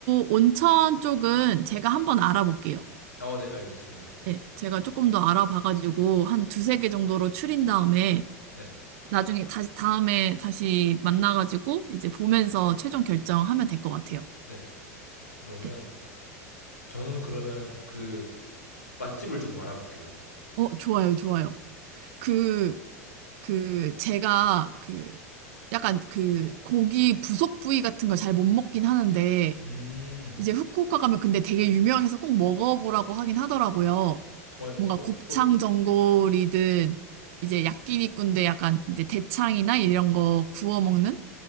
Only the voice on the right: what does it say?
온천 쪽은 제가 한번 알아볼게요.
예, 제가 조금 더 알아봐가지고 한 두세 개 정도로 추린 다음에
나중에 다시 다음에 다시 만나가지고 이제 보면서 최종 결정하면 될 것 같아요.
예.
어, 좋아요, 좋아요. 그 그 제가 그 약간 그 고기 부속 부위 같은 걸 잘 못 먹긴 하는데
이제 후쿠오카 가면 근데 되게 유명해서 꼭 먹어보라고 하긴 하더라고요.
뭔가
곱창
전골이든 이제 야끼니꾼데 약간 이제 대창이나 이런 거 구워 먹는